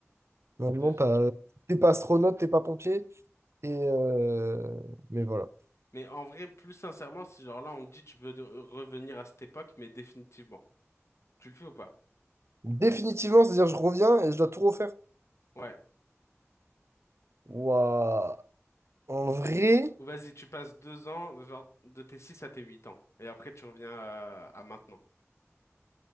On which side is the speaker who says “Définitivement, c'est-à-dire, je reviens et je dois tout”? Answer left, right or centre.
Right